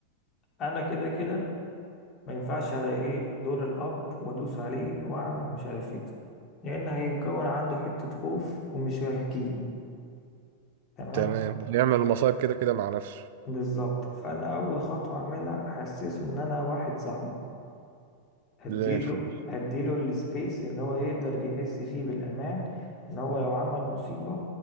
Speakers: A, on the left; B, on the right.
A: انا كده كده ما ينفعش على ايه دور الاب وادوس عليه واعمل ومش عارف ايه لان هيتكون عنده حته خوف ومش هيحكي لي تمام
B: تمام بيعمل المصايب كده كده مع نفسه
A: بالظبط فانا اول خطوه اعملها احسسه ان انا واحد صاحبه هديله
B: زي الفل
A: هديله السبيس ان هو يقدر يحس فيه بالامان ان هو لو عمل مصيبه